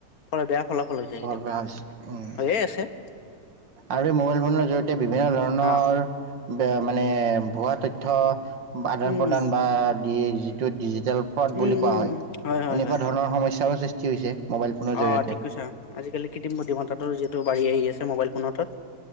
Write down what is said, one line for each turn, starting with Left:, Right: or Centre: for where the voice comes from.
Left: । বেয়া ফলাফল হৈ যায় কেতিয়াবা
Right: বেয়া হৈছে উম
Left: হৈয়ে আছে ।
Right: আৰু মোবাইল ফোনৰ জৰিয়তে বিভিন্ন ধৰণৰ
Left: অ
Right: বেয়া মানে ভুৱা তথ্য আদান
Left: উম
Right: প্ৰদান বা ধেই জি ডিজিটেল ফ্ৰড
Left: উম
Right: বুলি কোৱা
Left: উম
Right: হয়,
Left: হয়
Right: এনেকুৱা
Left: হয় হয়
Right: ধৰণৰ সমস্যাৰো সৃষ্টি তি হৈছে। মোবাইল ফোনৰ জৰিয়তে
Left: অ ঠিক কৈছা আজিকালি কৃত্ৰিম বুদ্ধিমত্তাটোৰ যি বাঢ়ি আহি আছে । মোবাইল ফোনতে